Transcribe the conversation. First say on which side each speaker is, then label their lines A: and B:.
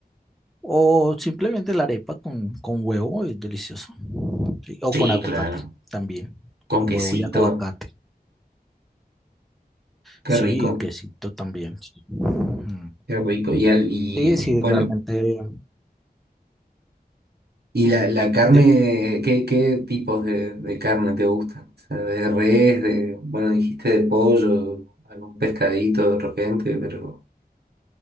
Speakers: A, in the centre; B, on the right (about 80°).
A: O simplemente la arepa con, con huevo es deliciosa. Sí, O
B: Sí,
A: con aguacate
B: claro.
A: también.
B: Con
A: Con
B: quesito.
A: huevo y aguacate.
B: Qué
A: Sí,
B: rico.
A: y quesito también. Sí, Mm.
B: Qué rico. Y, al- y
A: sí,
B: bueno.
A: sí, realmente.
B: ¿Y la, la carne,
A: dime.
B: qué, qué tipos de, de carne te gustan? O sea, de res, de, bueno, dijiste de pollo, algún pescadito de repente, pero